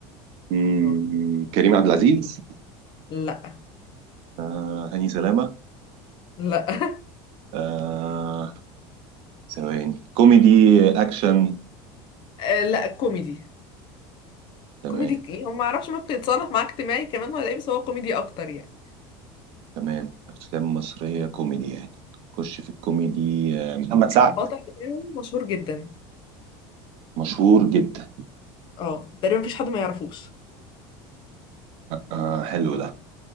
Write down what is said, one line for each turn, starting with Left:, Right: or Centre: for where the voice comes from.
Right: مم.
Left: أوكي.
Right: كريم عبد العزيز
Left: لا
Right: آه. هاني سلامة
Left: لا <laughs>
Right: آه. ثواني كوميدي أكشن
Left: آه لا كوميدي
Right: تمام
Left: كوميدي ك- يعني ما اعرفش ممكن يتصنف معاه اجتماعي كمان ولا ايه بس هو كوميدي اكتر يعني
Right: تمام أفلام مصرية كوميدي يعني خش في الكوميدي آه. محمد سعد
Left: البطل بتاعه مشهور جدا
Right: مشهور جدا
Left: اه تقريبا مفيش حد ما يعرفوش
Right: آه. حلو ده